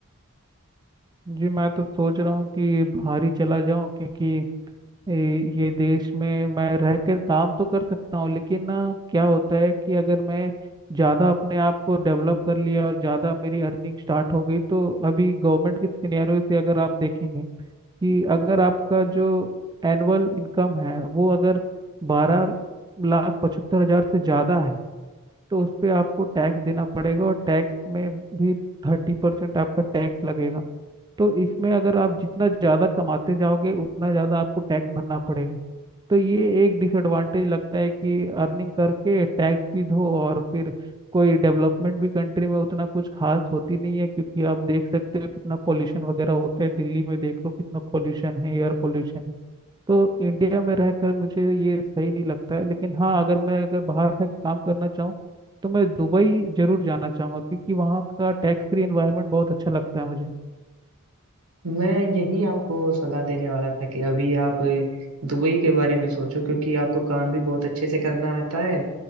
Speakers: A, on the right; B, on the right.
A: जी मैं तो सोच रहा हूँ कि बाहर ही चला जाऊँ क्योंकि ये ये देश में मैं रह कर काम तो कर सकता हूँ लेकिन ना क्या होता है कि अगर मैं ज़्यादा अपने आप को डेवलप कर लिया और ज़्यादा मेरी अर्निंग स्टार्ट हो गई तो अभी गवर्नमेंट के सिनेरियो से अगर आप देखेंगे कि अगर आपका जो एनुअल इनकम है वो अगर बारह लाख पचहत्तर हज़ार से ज़्यादा है तो उस पे आपको टैक्स देना पड़ेगा और टैक्स में भी थर्टी परसेंट आपका टैक्स लगेगा तो इसमें अगर आप जितना ज़्यादा कमाते जाओगे उतना ज़्यादा आपको टैक्स भरना पड़ेगा तो ये एक डिसएडवांटेज लगता है कि अर्निंग करके टैक्स भी दो और फिर कोई डेवलपमेंट भी कंट्री में उतना कुछ खास होती नहीं है क्योंकि आप देख सकते हो कितना पोल्यूशन वगैरह होता है दिल्ली में देख लो कितना पोल्यूशन है एयर पोल्यूशन है तो इंडिया में रहकर मुझे ये सही नहीं लगता है लेकिन हाँ अगर मैं अगर बाहर का काम करना चाहूँ तो मैं दुबई जरूर जाना चाहूँगा क्योंकि वहाँ का टैक्स फ्री एनवायरनमेंट बहुत अच्छा लगता है मुझे
B: मैं यही आपको सलाह देने वाला था कि अभी आप दुबई के बारे में सोचो क्योंकि आपको काम भी बहुत अच्छे से करना आता है